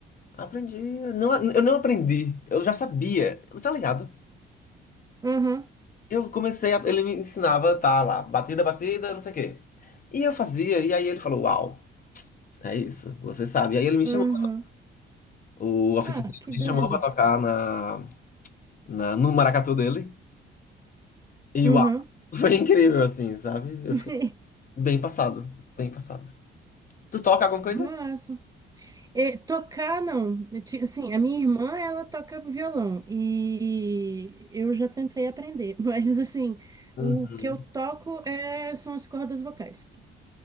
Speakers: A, on the left; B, on the right.
A: Aprendi. Eu não, eu não aprendi. Eu já sabia. Tá ligado?
B: Uhum.
A: Eu comecei a, ele me ensinava, tá lá, batida, batida, não sei o quê. E eu fazia, e aí ele falou, uau, é isso, você sabe. E aí ele me
B: Uhum.
A: chamou O oficial
B: Ah, que
A: me
B: doido.
A: chamou pra tocar na, na, no maracatu dele. E
B: Uhum.
A: uau, <laughs> foi incrível, assim, sabe? Eu
B: <laughs>
A: fiquei bem passado, bem passado. Tu toca alguma coisa?
B: Massa. É, tocar, não. Eu ti- Assim, a minha irmã, ela toca violão e eu já tentei aprender, <laughs> mas assim,
A: Uhum,
B: o que eu toco é, são as cordas vocais.